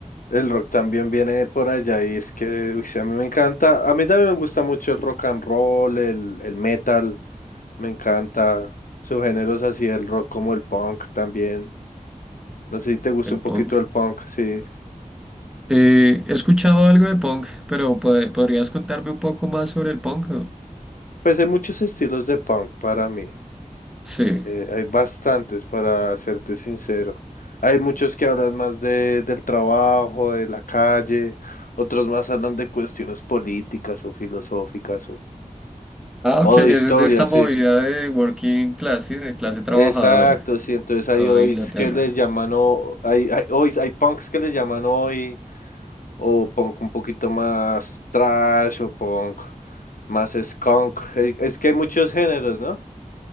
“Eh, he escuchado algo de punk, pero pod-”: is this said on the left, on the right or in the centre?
Centre